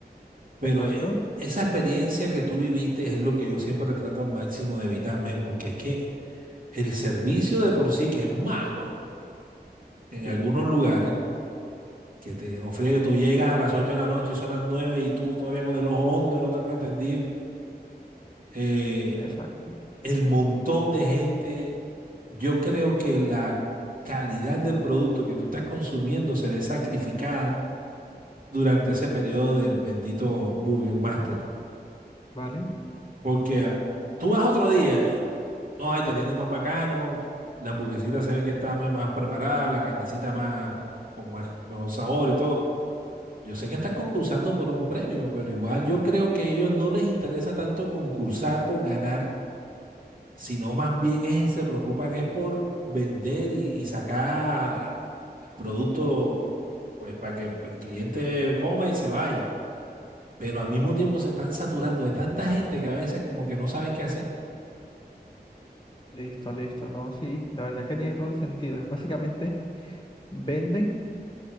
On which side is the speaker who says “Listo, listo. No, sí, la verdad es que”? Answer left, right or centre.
Left